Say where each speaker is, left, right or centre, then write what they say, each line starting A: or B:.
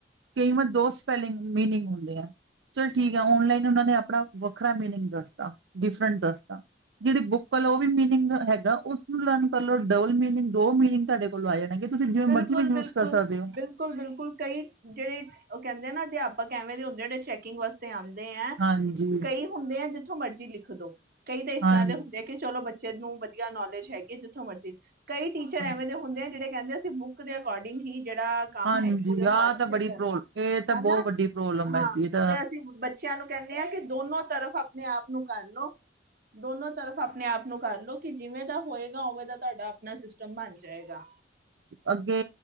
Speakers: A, on the right (about 85°); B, on the right (about 55°).
A: ਕਈ ਵਾਰ ਦੋ ਸਪੈਲਿੰਗ ਮੀਨਿੰਗ ਹੁੰਦੇ ਆ। ਚੱਲ ਠੀਕ ਆ ਓਨਲਾਈਨ ਉਹ ਨੇ ਆਪਣਾ ਵੱਖਰਾ ਮੀਨਿੰਗ ਦੱਸਤਾ ਡਿਫਰੈਂਟ ਦੱਸ ਤਾ ਜਿਹੜੀ ਬੁੱਕ ਵਾਲ ਉਹ ਵੀ ਮੀਨਿੰਗ ਹੈਗਾ ਉਸਨੂੰ ਲਰਨ ਕਰ ਲਓ ਡਬਲ ਮੀਨਿੰਗ ਦੋ ਮੀਨਿੰਗ ਤੁਹਾਡੇ ਕੋਲੋਂ ਆ ਜਾ ਤੁਸੀਂ ਜ
B: ਬਿਲਕੁਲ,
A: ਮਰਜ਼ੀ ਵੀ
B: ਬਿਲਕੁਲ,
A: ਯੂਜ ਕਰ ਸਕਦੇ ਹੋ।
B: ਬਿਲਕੁਲ ਬਿਲਕੁਲ ਕਈ ਜਿਹੜੇ ਉਹ ਕਹਿੰਦੇ ਨਾ ਅਧਿਆਪਕ ਐਵੇਂ ਦੇ ਹੁੰਦੇ ਜਿਹੜੇ ਚੈਕਿੰਗ ਵਾਸਤੇ ਆਉਂਦੇ।
A: ਹਾਂਜੀ
B: ਕਈ ਹੁੰਦੇ ਆ ਜਿੱਥੋਂ ਮਰਜ਼ੀ ਲਿਖ ਦੋ ਕਈ ਤਾਂ ਇਸ
A: ਹਾਂਜੀ
B: ਤਰ੍ਹਾਂ ਦੇ ਹੁੰਦੇ ਆ ਕਿ ਚਲੋ ਬੇ ਬੱਚਿਆਂ ਨੂੰ ਵਧੀਆ ਨੌਲੇਜ ਹੈਗੀ ਹੈ ਜਿੱਥੋਂ ਮਰਜ਼ੀ ਕਈ ਟੀਚਰ
A: ਹਾਂਜੀ।
B: ਐਵੇਂ ਦੇ ਹੁੰਦੇ ਆ ਜਿਹੜੇ ਕਹਿੰਦੇ ਬੁੱਕ ਦੇ ਅਕੋਡਿੰਗ ਹੀ ਜਿਹੜਾ ਕੰਮ
A: ਹਾਂਜੀ
B: ਹੈ ਚੈੱਕ
A: ਆਹ ਤਾਂ ਬੜੀ
B: ਕਰਨਾ
A: ਪ੍ਰੋ ਇਹ ਤਾਂ
B: ਹੈਨਾ।
A: ਬਹੁਤ ਵੱਡੀ ਪ੍ਰੋਬਲਮ
B: ਹਾਂ
A: ਹੈ ਜੀ ਇਹ ਤਾਂ
B: ਤੇ ਅਸੀਂ ਬੱਚਿਆਂ ਨੂੰ ਕਹਿੰਦੇ ਹਾਂ ਕਿ ਦੋਨੋ ਤਰਫ ਆਪਣੇ ਆਪ ਨੂੰ ਕਰ ਲਓ ਦੋਨੋ ਤਰਫ ਆਪਣੇ ਆਪ ਨੂੰ ਕਰਲੋ ਕਿ ਜਿਵੇਂ ਦਾ ਹੋਏਗਾ ਉਵੇਂ ਦਾ ਤੁਹਾਡਾ ਆਪਣਾ ਸਿਸਟਮ ਬਣ ਜਾਏਗਾ।
A: ਅੱਗੇ